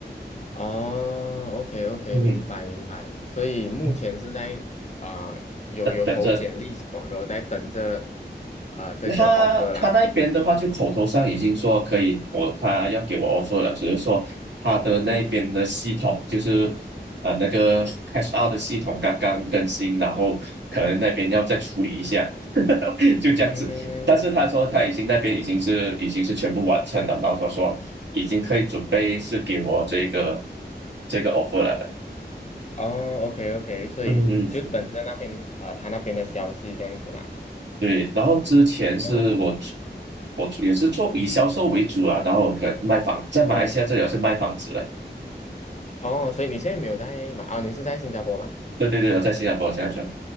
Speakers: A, on the left; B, on the right.
A: 哦，OK OK，
B: 嗯，
A: 明白明白。所以目前是在啊、
B: 嗯
A: 有有投简历什么，
B: 等等着
A: 然后在等着呃这个
B: 他他那边的话，
A: offer 啦。
B: 就口头上已经说可以，我他要给我 offer 了，只是说他的那边的系统就是呃那个
A: 嗯
B: c a s h out 的系统刚刚更新，然后可能那边要再处理一下，<laughs> 就这样子。
A: 嗯，
B: 但是他说他已经那边已经是已经是全部完成了，然后他说已经可以准备是给我这个这个 offer 了。
A: 哦，OK OK，所以就等着那边啊、
B: 嗯，
A: 呃他那边的消息这样子啦。
B: 对，然后之前是我出
A: 哦，
B: 我出也是做以销售为主啊，然后我可能卖房，在马来西亚这里我是卖房子的，
A: 嗯，哦，所以你现在没有在嘛？啊、你是在新加坡嘛
B: 对对对，我在新加坡，新加坡，